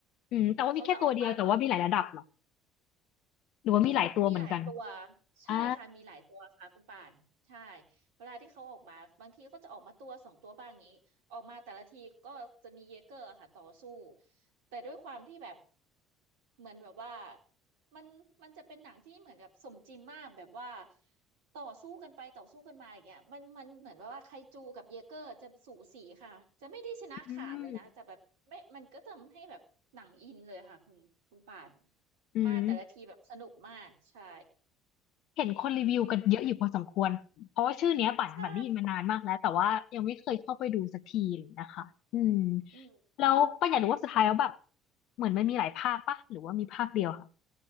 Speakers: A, on the right (about 75°); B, on the left (about 60°).
A: อืมเขาจะออกมาตรง
B: อืมแต่ว่ามีแค่ตัวเดียวแต่ว่ามีหลายระดับเหรอหรือว่ามีหลายตัวเหมือนกัน
A: มีหละมีหลายตัวใช่ค่ะมีหลายตัวค่ะคุณป่านใช่
B: อ่า
A: เวลาที่เขาออกมาบางทีก็จะออกมาตัวสองตัวบ้างอย่างนี้ออกมาแต่ละทีก็จะมีเยเกอร์ค่ะต่อสู้แต่ด้วยความที่แบบเหมือนแบบว่ามันมันจะเป็นหนังที่เหมือนแบบสมจริงมากแบบว่าต่อสู้กันไปต่อสู้กันมาอย่างเงี้ยมันมันเหมือนแบบว่าไคจูกับเยเกอร์จะสูสีค่ะจะไม่ได้ชนะขาดเลยนะจะแบบไม่มันก็ทำให้แบบหนังอินเลยค่ะคุณคุณป่าน
B: อืมอืม
A: มาแต่ละทีแบบสนุกมากใช่
B: เห็นคนรีวิวกันเยอะอยู่พอสมควรเพราะว่าชื่อเนี้ยปั่นปั่นได้ยินมานานมากแล้วแต่ว่ายังไม่เคยเข้าไปดูสักทีเลยนะคะอืม
A: อืมใช่อืม
B: แล้วปั่นอยากรู้ว่าสุดท้ายแล้วแบบเหมือนมันมีหลายภาคปะหรือว่ามีภาคเดียวค่ะ